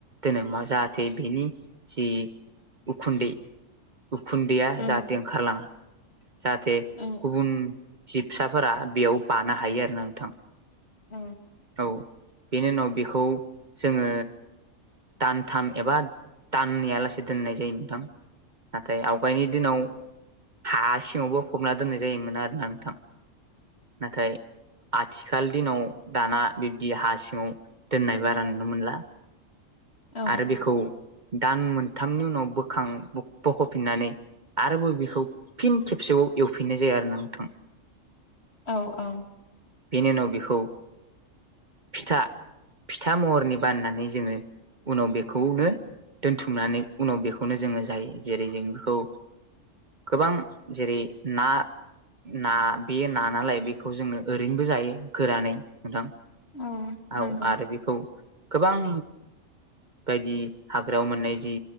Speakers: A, on the right; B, on the left.
A: दोनो मा जाहाथे बेनि जि उखुन्दै उखुन्दैया
B: औ
A: जाह लाङा जाहाथे
B: औ
A: गुबुन जिबसाफोरा बेयाव बानो हायो आरो ना नोंथां
B: औ
A: औ बेनि उनाव बेखौ जोङो दानथाम एबा दाननैयालासे दोननाय जायो नोंथां नाथाय आवगायनि दिनाव हा सिङावबो फबना दोननाय जायोमोन आरो ना नोंथां नाथाय आथिखाल दिनाव दाना बिब्दि हा सिङाव दोननाय बारा नुनो मोनला
B: औ
A: आरो बेखौ दान मोनथामनि उनाव बोखां बोख फिननानै आरोबाव बेखौ फिन खेबसेबाव एवफिननाय जायो आरो ना नोंथां
B: औ औ
A: बेनि उनाव बेखौ फिथा फिथा महरनि बाननानै जोङो उनाव बेखौनो दोनथुमनानै उनाव बेखौनो जोङो जायो जेरै जों बेखौ गोबां जेरै ना ना बेयो ना नालाय बेखौ जोङो ओरैनोबो जायो गोरानै नोंथां
B: औ नंगौ
A: औ आरो बेखौ गोबां बायदि हाग्रायाव मोननाय जि